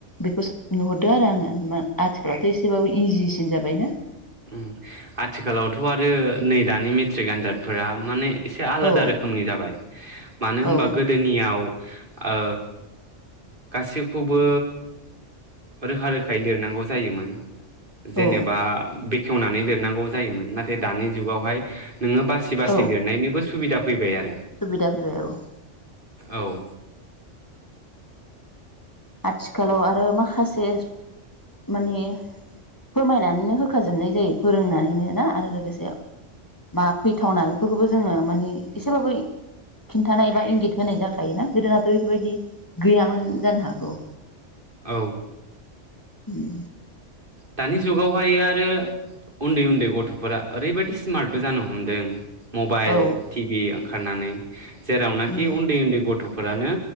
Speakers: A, on the left; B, on the right.
A: बेखौ नुहरदों आरो आङो आथिखालावथ' एसेबाबो इजिसिन जाबायना।
B: ओम आथिखालावथ' आरो नै दानि मेट्रिक आनजादफोरा माने। एसे आलादा
A: औ
B: रोखोमनि जाबाय मानो होनबा
A: औ
B: गोदोनियाव ओ गासैखौबो रोखा रोखायै लिरनांगौ जायोमोन। जेनेबा
A: औ
B: बेखेवनानै लिरनांगौ जायोमोन नाथाय दानि जुगावहाय नोङो बासि बासि
A: औ
B: लिरनायनिबो सुबिदा फैबाय आ
A: सुबिदा फैबाय औ उम।
B: औ
A: आथिखालाव आरो माखासे माने फोरमायनानैनो होखाजोबनाय जायो फोरोंनानैनो ना आरो लोगोसे मा फैथावना बेफोरखौबो जोङो माने एसेबाबो खिन्थानाय बा इंगित होनाय जाखायोना गोदोनाथ' बेफोरबायदि गैयामोन जानो हा गौ।
B: औ।
A: उम।
B: दानि जुगावहाय आरो उन्दै उन्दै गथ'फोरा ओरैबायदि स्मार्टबो जानो हमदों। मबाइल,
A: औ
B: टि भि ओंखारनानै जेरावनाखि
A: उम
B: उन्दै उन्दै गथ' फोरानो